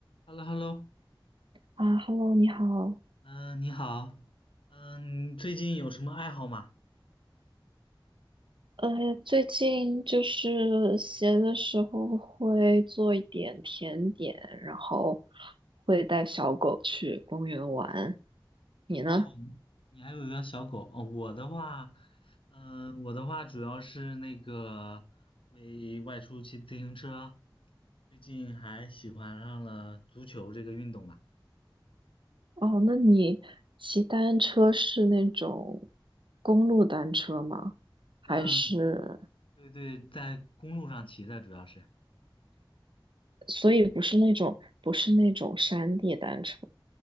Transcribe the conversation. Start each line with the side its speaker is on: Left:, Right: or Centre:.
Left: h e l l o h e l l o
Right: 啊，Hello，你好。
Left: 嗯，你好，嗯，你最近有什么爱好吗？
Right: 呃，最近就是闲的时候会做一点甜点，然后会带小狗去公园玩。你呢？
Left: 哦，你还有一个小狗，哦，我的话，嗯，我的话主要是那个会外出骑自行车，最近还喜欢上了足球这个运动吧。
Right: 哦，那你骑单车是那种公路单车吗？还是，
Left: 嗯，对对，在公路上骑的主要是。
Right: 所以不是那种，不是那种山地单车？